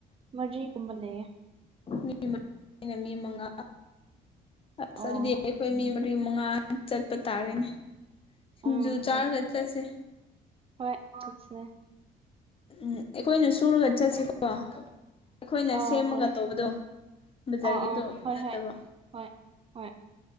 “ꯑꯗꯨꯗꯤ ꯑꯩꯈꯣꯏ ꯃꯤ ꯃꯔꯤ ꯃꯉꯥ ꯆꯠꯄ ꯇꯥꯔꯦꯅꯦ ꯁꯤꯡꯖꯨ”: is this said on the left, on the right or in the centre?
Left